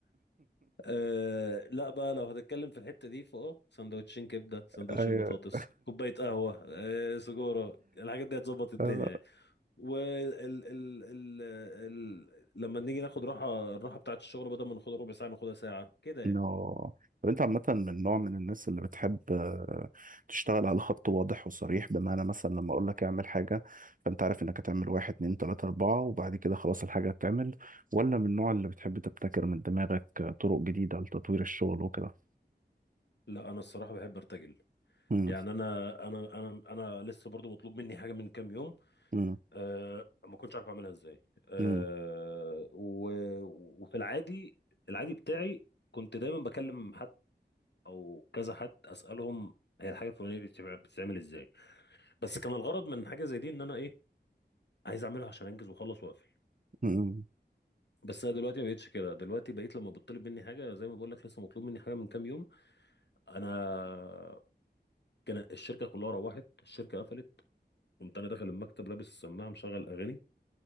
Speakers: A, on the left; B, on the right.
A: أه لا بقى لو هتتكلم في الحتة دي فاه سندوتشين كبدة سندوتشين
B: <laughs>
A: بطاطس كوباية قهوة أه سجارة الحاجات دي هتظبط الدنيا
B: ايوه <laughs>
A: يعني وال ال ال ال لما نيجي ناخد راحة الراحة بتاعت الشغل بدل ما ناخدها ربع ساعة ناخدها ساعة كده
B: انه
A: يعني.
B: طب انت عامة من نوع من الناس اللي بتحب آه، تشتغل على خط واضح وصريح بمعنى مثلا لما اقول لك اعمل حاجة فانت عارف انك هتعمل واحد اتنين تلاتة اربعة وبعد كده خلاص الحاجة هتتعمل ولا من النوع اللي بتحب تبتكر من دماغك آه، طرق جديدة لتطوير الشغل وكده
A: لا انا الصراحه بحب ارتجل
B: مم،
A: يعني انا انا انا انا لسه برضو مطلوب مني حاجه من كام يوم
B: مم،
A: أه ما كنتش عارف اعملها ازاي أه
B: مم،
A: و وفي العادي العادي بتاعي كنت دايما بكلم حد او كذا حد اسالهم هي الحاجه الفلانيه دي بتتع- بتتعمل ازاي بس كان الغرض من حاجه زي دي ان انا ايه عايز اعملها عشان انجز واخلص واقفل
B: مم،
A: بس انا دلوقتي ما بقتش كده دلوقتي بقيت لما بتطلب مني حاجه زي ما بقول لك لسه مطلوب مني حاجه من كام يوم انا كان الشركه كلها روحت الشركه قفلت قمت انا داخل المكتب لابس السماعه مشغل اغاني